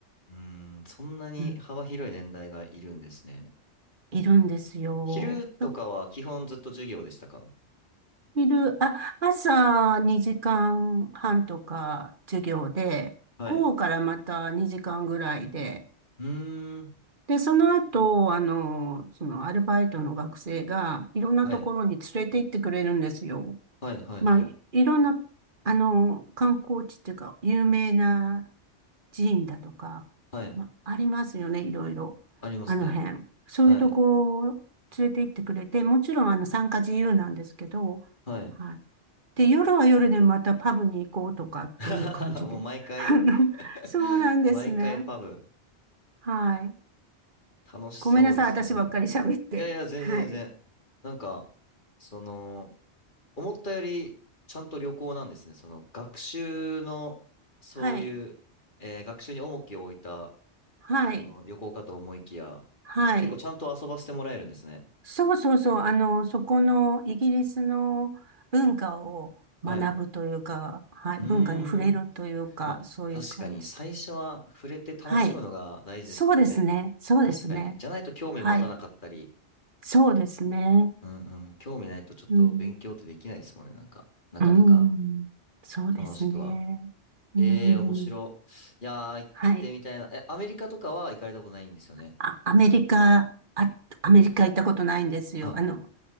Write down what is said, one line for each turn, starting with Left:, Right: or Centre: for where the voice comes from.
Left: うん、そんなに幅広い年代がいるんですね。
Right: うんいるんですよ。
Left: 昼とかは基本ずっと授業でしたか
Right: 昼、あ、朝2時間半とか授業で、
Left: はい。
Right: 午後からまた2時間ぐらいで、
Left: うーん。
Right: で、その後、あの、そのアルバイトの学生がいろんなところに連れて行ってくれるんですよ。
Left: はい。はい、はい、
Right: まあ、
Left: はい。
Right: いいろんな、あの、観光地っていうか、有名な寺院だとか、
Left: はい。
Right: まあ、ありますよね、いろいろ。
Left: ありますね。
Right: あの辺。そういうとこを連れて行ってくれて、
Left: はい。
Right: もちろん、あの、参加自由なんですけど、
Left: はい。
Right: はい。で、夜は夜でまたパブに行こうとかっていう感じで。
Left: <laughs> もう毎回
Right: <laughs> あのそうなんですね。
Left: <laughs> 毎回パブ、
Right: はい。
Left: 楽しそうですね。
Right: ごめんなさい、私ばっかり喋って。
Left: いやいや、全然全然。
Right: はい。
Left: なんか、その、思ったよりちゃんと旅行なんですね。その学習の、そういう、
Right: はい。
Left: えー学習に重きを置いた、
Right: はい。
Left: その旅行かと思いきや、
Right: はい。
Left: 結構ちゃんと遊ばせてもらえるんですね。
Right: そうそうそう、あの、そこのイギリスの文化を学ぶというか、
Left: はい。う
Right: はい、
Left: ー
Right: 文化に触れるというか、
Left: ん。まあ、
Right: そういう感じで。
Left: 確かに最初は触れて楽しむのが大事ですもんね。
Right: はい。そうですね。そうですね。
Left: 確かに。じゃないと興味持たなかったり、
Right: はい。そうですね。
Left: うんうん、興味ないとちょっと勉強ってできないですもんね。
Right: うん。
Left: なんか、なかなか
Right: うん。そうですね。
Left: 楽しくは。
Right: うん。
Left: ええ、面白。いやー、行ってみたいな。
Right: はい。
Left: え、アメリカとかは行かれたことないんですよね。
Right: あ、アメリカ、あ、アメリカ行ったことないんですよ。
Left: あ、
Right: あの、